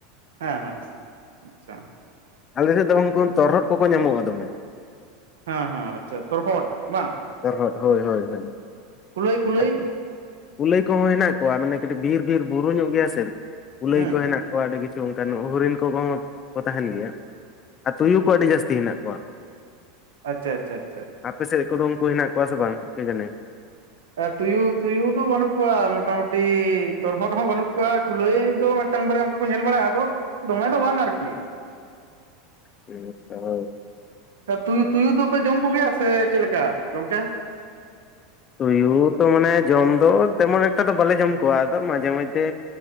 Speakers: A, on the right; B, on the left.
A: ᱦᱮᱸ ᱦᱮᱸ ᱟᱪᱪᱷᱟ
B: ᱟᱞᱮᱥᱮᱜ ᱫᱚ ᱩᱝᱠᱩ ᱛᱚᱨᱦᱚᱫ ᱠᱚᱠᱚ ᱧᱟᱢᱚᱜᱼᱟ ᱫᱚᱢᱮ᱾
A: ᱦᱮᱸ ᱦᱮᱸ ᱟᱪᱪᱷᱟ ᱛᱚᱨᱦᱚᱫ ᱵᱟᱝ?
B: ᱛᱚᱨᱦᱚᱫ ᱦᱳᱭ ᱦᱳᱭ ᱦᱳᱭ
A: ᱠᱩᱞᱟᱹᱭ ᱠᱩᱞᱟᱹᱭ
B: ᱟᱫᱚ ᱠᱩᱞᱟᱹᱭ ᱠᱚᱦᱚᱸ ᱦᱮᱱᱟᱜ ᱠᱚᱣᱟ ᱢᱟᱱᱮ ᱠᱟᱹᱴᱤᱜ ᱵᱤᱨ ᱵᱤᱨ ᱵᱩᱨᱩ ᱧᱚᱜ ᱜᱮᱭᱟ ᱥᱮ ᱠᱩᱞᱟᱹᱭ
A: ᱦᱮᱸ
B: ᱠᱚ ᱦᱮᱱᱟᱜ ᱠᱚᱣᱟ ᱟᱹᱰᱤ ᱠᱤᱪᱷᱩ ᱚᱱᱠᱟᱱ ᱦᱚᱨᱤᱱ ᱠᱚᱠᱚ ᱦᱚᱸ ᱠᱚ ᱛᱟᱦᱮᱱ ᱜᱮᱭᱟ ᱟᱨ ᱛᱩᱭᱩ ᱠᱚ ᱟᱹᱰᱤ ᱡᱟᱹᱥ ᱛᱤ ᱦᱮᱱᱟᱜ ᱠᱚᱣᱟ,
A: ᱟᱪᱪᱷᱟ ᱟᱪᱪᱷᱟ ᱟᱪᱪᱷᱟ
B: ᱟᱯᱮ ᱥᱮᱜ ᱠᱩᱫᱚᱝ ᱠᱚ ᱦᱮᱱᱟᱜ ᱠᱚᱣᱟ ᱥᱮ ᱵᱟᱝ ᱠᱮ ᱡᱟᱱᱮ᱾
A: ᱛᱩᱭᱩ ᱛᱩᱭᱩ ᱫᱚ ᱵᱟᱹᱱᱩᱜ ᱠᱚᱣᱟ ᱢᱚᱴᱟᱢᱩᱴᱤ ᱛᱚᱨᱦᱚᱫ ᱦᱚᱸ ᱵᱟᱹᱱᱩᱜ ᱠᱚᱣᱟ ᱠᱩᱞᱟᱹᱭ ᱫᱚ ᱢᱤᱫᱴᱟᱝ ᱵᱟᱨᱭᱟ ᱠᱟ ᱠᱚ ᱧᱮᱞ ᱵᱟᱲᱟᱭᱼᱟ ᱟᱫᱚ ᱫᱚᱢᱮ ᱫᱚ ᱵᱟᱝ ᱟᱨᱠᱤ᱾
B: ᱦᱮᱸ ᱛᱚ᱾
A: ᱛᱩᱭᱩ ᱛᱩᱭᱩ ᱫᱚᱯᱮ ᱡᱚᱢ ᱠᱚᱜᱮᱭᱟ ᱥᱮ ᱪᱮᱫ ᱞᱮᱠᱟ ᱜᱚᱢᱠᱮ?
B: ᱛᱩᱭᱩ ᱛᱚ ᱢᱟᱱᱮ ᱡᱚᱢ ᱫᱚ ᱛᱮᱢᱚᱱ ᱮᱠᱴᱟ ᱫᱚ ᱵᱟᱞᱮ ᱡᱚᱢ ᱠᱚᱣᱟ ᱟᱫᱚ ᱢᱟᱡᱷᱮ ᱢᱚᱫᱷᱮ